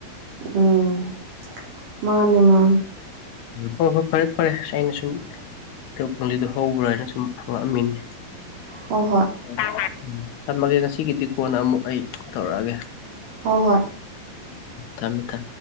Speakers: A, on the right (about 55°); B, on the left (about 80°).
A: ꯎꯝ ꯃꯥꯅꯦ ꯃꯥ
B: ꯎ ꯍꯣꯏ ꯍꯣꯏ ꯐꯔꯦ ꯐꯔꯦꯁ ꯑꯩꯅ ꯁꯨꯝ ꯈꯖꯗꯣ ꯍꯧꯕ꯭ꯔꯥ ꯍꯥꯏꯅ ꯁꯨꯝ ꯍꯪꯉꯛꯑꯝꯃꯤꯅꯤ
A: ꯍꯣꯏ ꯍꯣꯏ
B: ꯑ ꯎꯝ ꯊꯝꯃꯒꯦ ꯉꯁꯤꯒꯤꯗꯤ ꯀꯣꯟꯅ ꯑꯃꯨꯛ ꯑꯩ ꯇꯧꯔꯛꯑꯒꯦ
A: ꯍꯣꯏ ꯍꯣꯏ
B: ꯀꯃꯤꯇ